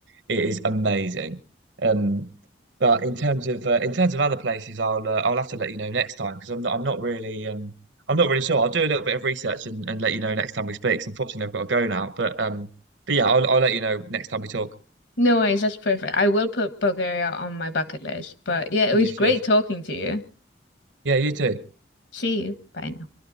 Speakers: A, on the right; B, on the left.
A: it is amazing. Um, but in terms of uh, in terms of other places, I'll uh, I'll have to let you know next time because I'm not I'm not really um I'm not really sure. I'll do a little bit of research and, and let you know next time we speak. 'cause Unfortunately, I've got to go now. But um, but yeah, I'll I'll let you know next time we talk.
B: No worries, that's perfect. I will put Bulgaria on my bucket list. But yeah, it
A: And
B: was
A: you
B: great
A: should.
B: talking to you.
A: Yeah, you too.
B: See you. Bye now.